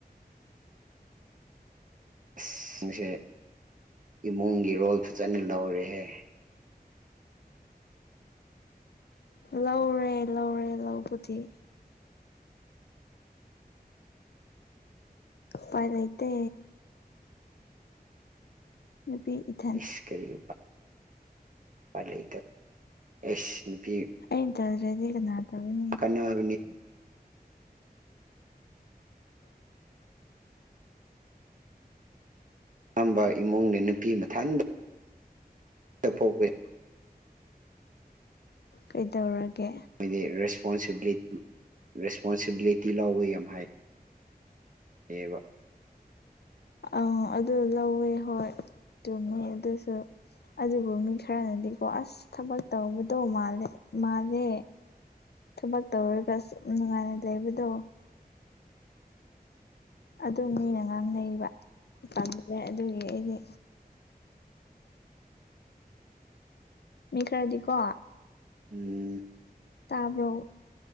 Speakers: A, on the right (about 55°); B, on the left (about 85°).
A: ꯑꯁ ꯅꯪꯁꯦ ꯏꯃꯨꯡꯒꯤ ꯔꯣꯜ ꯐꯖꯅ ꯂꯧꯔꯦꯍꯦ
B: ꯂꯧꯔꯦ ꯂꯧꯔꯦ ꯂꯧꯕꯗꯤ ꯎꯄꯥꯏ ꯂꯩꯇꯦ ꯅꯨꯄꯤ ꯏꯠ
A: ꯏꯁ ꯀꯔꯤ ꯎꯄꯥꯏ ꯂꯩꯇꯦ ꯑꯥꯏꯁ ꯅꯨꯄꯤ
B: ꯑꯩꯅ ꯇꯧꯗ꯭ꯔꯗꯤ ꯀꯅꯥ ꯇꯧꯒꯅꯤ
A: ꯅꯒꯅꯤ ꯇꯝꯕ ꯏꯃꯨꯡꯅꯦ ꯅꯨꯄꯤ ꯃꯊꯟꯗ <unintelligible>
B: ꯀꯩꯗꯧꯔꯒꯦ
A: ꯈꯣꯏꯗꯤ ꯔꯦꯁꯄꯣꯟꯁꯤꯕꯤꯂꯤ ꯔꯦꯁꯄꯣꯟꯁꯤꯕꯤꯂꯤꯇꯤ ꯂꯧꯕ ꯌꯥꯝ ꯍꯥꯏ ꯑꯦꯕ
B: ꯑꯧ ꯑꯗꯨ ꯂꯧꯋꯦ ꯍꯣꯏ ꯆꯨꯝꯃꯤ ꯑꯗꯨꯁꯨ ꯑꯗꯨꯕꯨ ꯃꯤ ꯈꯔꯅꯗꯤꯀꯣ ꯑꯁ ꯊꯕꯛ ꯇꯧꯕꯗꯣ ꯃꯥꯜꯂꯦ ꯃꯥꯜꯂꯦ ꯊꯕꯛ ꯇꯧꯔꯒ ꯁꯨꯝ ꯅꯨꯡꯉꯥꯏꯅ ꯂꯩꯕꯗꯣ ꯑꯗꯨꯝ ꯃꯤꯅ ꯉꯥꯡꯅꯩꯕ ꯇꯟꯒꯔꯦ ꯑꯗꯨꯒꯤ ꯑꯩꯗꯤ ꯃꯤ ꯈꯔꯗꯤꯀꯣ
A: ꯎꯝ
B: ꯇꯥꯕ꯭ꯔꯣ